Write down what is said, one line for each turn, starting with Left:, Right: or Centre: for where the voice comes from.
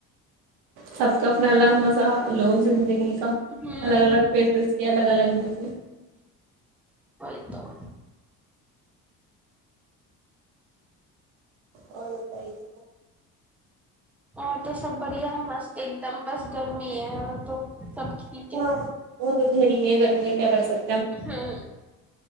Right: سف کا اپنا الگ مزہ لو زندگی کا
Centre: ہوں
Right: الگ الگ فیس کے الگ الگ ہکی
Centre: ولیکم ب
Right: اور بتائیے
Centre: اور تو سب بڑھیا مست ایک دم بس گرمی ہے اور تو سب ٹھیک
Right: ہاں
Centre: ہے
Right: نہیں ہے گمی میں کیا کر ستے
Centre: ہاں